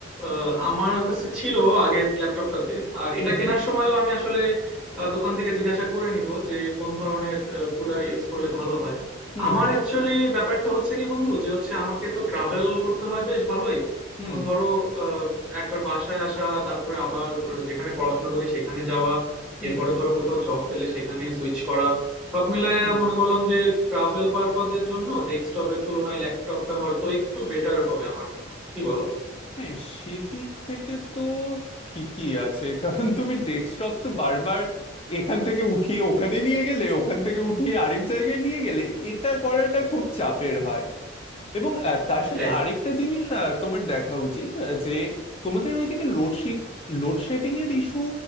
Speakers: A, in the centre; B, on the left (about 30°).
A: আহ, আমার কাছে ছিল আগের ল্যাপটপটাতে আর এটা
B: হুম
A: কেনার সময়ও আমি আসলে আহ, দোকান থেকে জিজ্ঞাসা করে নিব যে কোন ধরনের কুলার ইউজ করলে ভালো হয়
B: হুম
A: আমার
B: হুম
A: অ্যাকচুয়ালি ব্যাপারটা হচ্ছে কি বন্ধু যে হচ্ছে আমাকে তো ট্রাভেল করতে হয় বেশ ভালোই
B: হুম
A: এখন ধরো আহ, একবার বাসায় আসা তারপরে আবার যেখানে পড়াশোনা করি সেখানে যাওয়া
B: হুম
A: এরপরে ধরো কোথাও জব পেলে সেখানে সুইচ করা সব মিলাইয়া
B: হুম
A: মনে
B: হুম।
A: করলাম যে ট্রাভেল পারপাজের জন্য ডেস্কটপের তুলনায় ল্যাপটপটা হয়তো একটু বেটার হবে আমার জন্য কি বলো
B: হ্যাঁ সেদিক থেকে তো ঠিকই আছে কারণ তুমি ডেস্কটপ তো বারবার এখান থেকে উঠিয়ে ওখানে নিয়ে গেলে ওখান থেকে উঠিয়ে আরেক জায়গায় নিয়ে গেলে এটা করাটা খুব চাপের হয় এবং আহ, তার
A: এটাই
B: সাথে আরেকটা জিনিস আহ, তোমার দেখা উচিত আহ, যে তোমাদের ওইদিকে লোডশেডিং লোডশেডিং এর ইস্যু